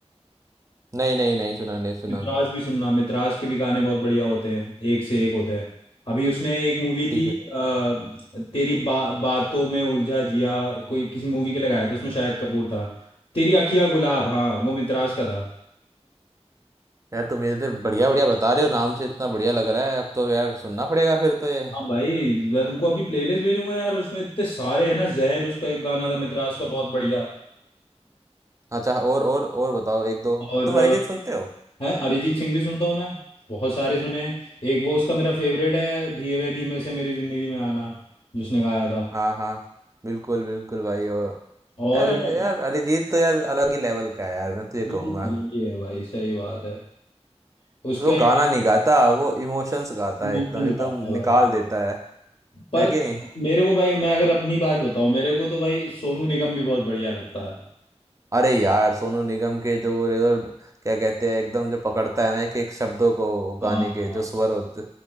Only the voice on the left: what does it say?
मित्राज भी सुनना मित्राज के भी गाने बहुत बढ़िया होते हैं एक से एक होते हैं अभी उसने एक मूवी
थी
अ, तेरी बा, बातों में उलझा जिया कोई किसी मूवी के लिए गाया था उसमें शाहिद कपूर था तेरी अखियां गुलाब हाँ वो मित्राज का था
हाँ भाई मैं तुमको अपनी प्लेलिस्ट भेजूंगा यार उसमें इतने सारे हैं ना जहन उसका एक गाना था मित्राज का बहुत बढ़िया
और
अ,
है अरिजीत सिंह भी सुनता हूँ मैं बहुत सारे सुने हैं एक वो उसका मेरा फेवरेट है धीरे धीमे से मेरी जिंदगी में आना जिसने गाया था
और
यार
बिल्कुल
अलग ही है भाई सही बात है उसका
ही
इमोशंस
गाता है भाई
पर
मेरे को भाई मैं अगर अपनी बात बताऊं मेरे को तो भाई सोनू निगम भी बहुत बढ़िया लगता है
हाँ
हाँ